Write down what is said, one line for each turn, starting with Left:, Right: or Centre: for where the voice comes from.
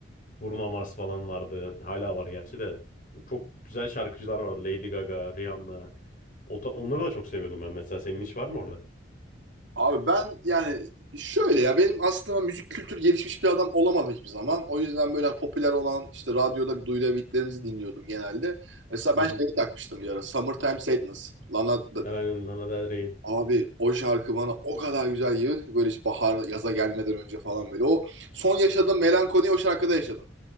Left: Bruno Mars falan vardı. Hala var gerçi de. Çok güzel şarkıcılar vardı. Lady Gaga, Rihanna. O da- onları da çok seviyordum ben mesela. Senin hiç var mı orada?
Right: abi ben yani şöyle ya benim aslında müzik kültür gelişmiş bir adam olamadım hiçbir zaman. O yüzden böyle popüler olan işte radyoda bir duyulabildiklerimizi dinliyordum genelde. Mesela
Left: Hı
Right: ben
Left: hı.
Right: şeyi takmıştım bir ara. Summertime Sadness. Lana
Left: Aynen Lana Del Rey'in.
Right: Abi o şarkı bana o kadar güzel geliyordu ki böyle işte bahar yaza gelmeden önce falan böyle. O son yaşadığım melankoliyi o şarkıda yaşadım.